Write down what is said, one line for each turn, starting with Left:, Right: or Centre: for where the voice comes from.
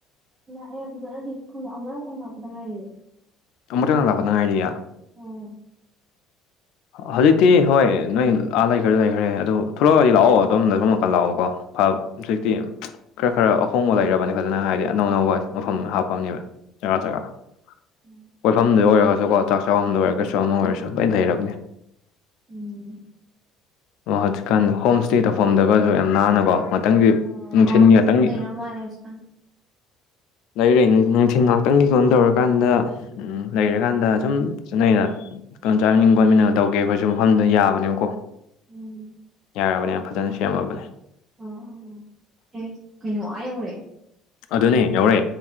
Right: ꯥꯂꯛꯑꯦ ꯐꯖꯅꯗꯤ <unintelligible> ꯉꯥꯏꯔꯤꯌꯦ
Left: ꯑꯃꯨꯛꯇꯪ ꯂꯥꯛꯄꯗ ꯉꯥꯏꯔꯤꯌꯥ
Right: ꯎꯝ
Left: ꯍꯧꯖꯤꯛꯇꯤ ꯍꯣꯏ ꯅꯣꯏ ꯑ ꯂꯩꯈ꯭ꯔꯦ ꯂꯩꯈ꯭ꯔꯦ ꯑꯗꯣ ꯊꯣꯛꯂꯛꯑꯒꯗꯤ ꯂꯥꯛꯑꯣ ꯑꯗꯨꯝꯗ <unintelligible> ꯂꯥꯛꯑꯣꯀꯣ ꯍꯧꯖꯤꯛꯇꯤ ꯈꯔ ꯈꯔ ꯑꯍꯣꯡꯕ ꯂꯩꯔꯕꯅꯤ ꯐꯖꯅ ꯍꯥꯏꯗꯤ ꯑꯅꯧ ꯑꯅꯧꯕ ꯃꯐꯝ ꯍꯥꯞꯄꯝꯅꯦꯕ <unintelligible>
Right: ꯎꯝ
Left: ꯀꯣꯏꯐꯝꯗ ꯑꯣꯏꯔꯒꯁꯨꯀꯣ ꯆꯥꯛ ꯆꯥꯐꯝꯗ ꯑꯣꯏꯔꯒꯁꯨ ꯑꯃ ꯑꯣꯏꯔꯁꯨ ꯂꯣꯏꯅ ꯂꯩꯩꯔꯕꯅꯤ
Right: ꯎꯝ
Left: ꯑꯣ ꯍꯧꯖꯤꯛꯀꯥꯟ ꯍꯣꯝ ꯏꯁ꯭ꯇꯦ ꯇꯧꯐꯝꯗꯒꯁꯨ ꯌꯥꯝ ꯅꯥꯟꯅꯀꯣ ꯉꯍꯥꯛꯇꯪꯗꯤ
Right: ꯑꯣ
Left: ꯅꯨꯡꯊꯤꯟ
Right: ꯑꯣ
Left: ꯉꯍꯥꯛꯇꯪꯒꯤ
Right: ꯐꯖꯅ ꯂꯩꯔ ꯃꯥꯜꯂꯦ ꯍꯧꯖꯤꯛꯀꯥꯟ
Left: ꯂꯩꯔꯦ ꯅꯨꯡꯊꯤꯟ ꯉꯥꯛꯇꯪꯒꯤ ꯀꯣꯟ ꯇꯧꯔꯀꯥꯟꯗ ꯎꯝ ꯂꯩꯔꯀꯥꯟꯗ ꯁꯨꯝ <unintelligible> ꯀꯟ ꯆꯥ ꯃꯅꯤꯡ ꯈꯣꯠꯃꯤꯟꯅꯒꯦ ꯇꯧꯒꯦ ꯑꯩꯈꯣꯏꯁꯨ ꯃꯐꯝꯗꯨꯗ ꯌꯥꯕꯅꯦꯕꯀꯣ
Right: ꯎꯝ
Left: ꯌꯥꯔꯕꯅꯦ ꯌꯥꯝ ꯐꯖꯅ ꯁꯦꯝꯃꯕꯅꯦ
Right: ꯑꯣ ꯑꯣ ꯑꯦ ꯀꯩꯅꯣ ꯑꯥ ꯌꯧꯔꯦ
Left: ꯑꯗꯨꯅꯦ ꯌꯧꯔꯦ